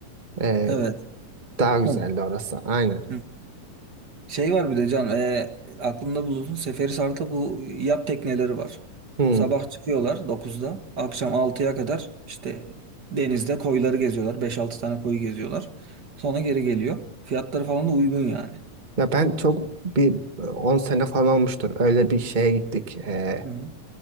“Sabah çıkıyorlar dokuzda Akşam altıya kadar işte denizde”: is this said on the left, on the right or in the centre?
Right